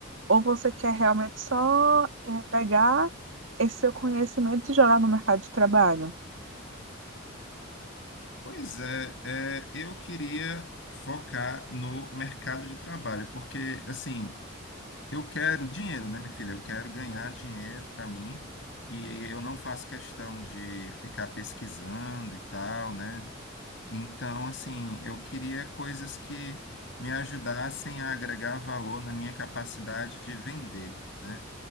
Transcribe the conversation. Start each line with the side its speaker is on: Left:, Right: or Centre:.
Right: Ou você quer realmente só eh, pegar esse seu conhecimento e jogar no mercado de trabalho?
Left: Pois é, é, eu queria focar no mercado de trabalho, porque assim. Eu quero dinheiro, né, minha filha? Eu quero ganhar dinheiro para mim e eu não faço questão de ficar pesquisando e tal, né? Então, assim, eu queria coisas que me ajudassem a agregar valor na minha capacidade de vender, né?